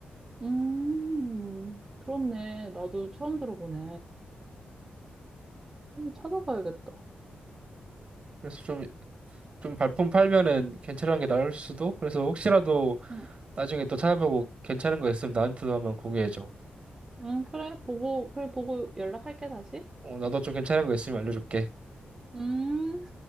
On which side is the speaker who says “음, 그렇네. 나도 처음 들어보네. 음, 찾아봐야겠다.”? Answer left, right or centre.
Right